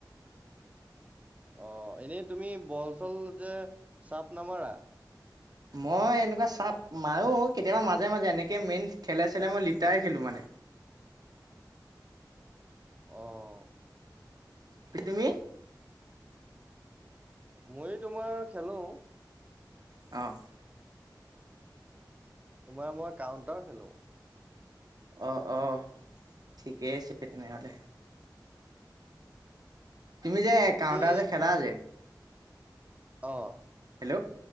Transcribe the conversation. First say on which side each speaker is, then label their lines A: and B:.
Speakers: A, on the right (about 20°); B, on the right (about 60°).
A: অ, এনেই তুমি বল চল যে চাপ নামাৰা?
B: মই এনেকুৱা চাপ মাৰোঁ কেতিয়াবা মাজে মাজে এনেকৈ মেইন খেলাই চেলাই মই লিটাৰ খেলোঁ মানে।
A: অ'।
B: কি তুমি?
A: ময়ো তোমাৰ খেলোঁ।
B: অ'।
A: তোমাৰ মই কাউণ্টাৰ খেলোঁ।
B: অ', অ', ঠিকে আছে তেনেহ'লে। তুমি যে কাউণ্টাৰ
A: আজি
B: যে খেলা যে
A: অ'।
B: হেল্ল'